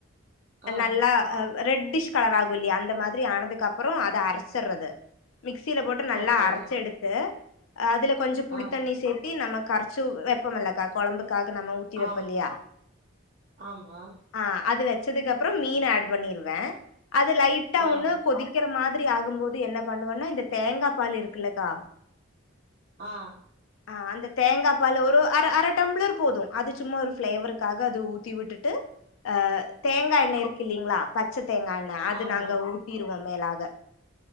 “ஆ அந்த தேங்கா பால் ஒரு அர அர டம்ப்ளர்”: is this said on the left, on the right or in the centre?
Left